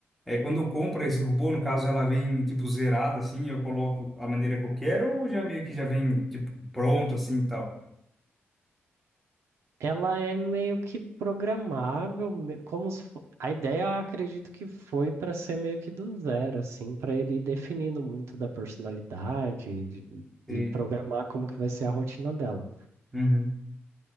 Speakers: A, in the centre; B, on the right.
A: É, quando eu compro esse robô, no caso ela vem tipo zerada assim, eu coloco a maneira que eu quero ou já meio que já vem tipo pronto assim e tal.
B: Ela é meio que programável, me- como se fo- a ideia, eu acredito que foi para ser meio que do zero, assim, para ele ir definindo muito da personalidade de-
A: E,
B: e programar como que vai ser a rotina dela.
A: uhum.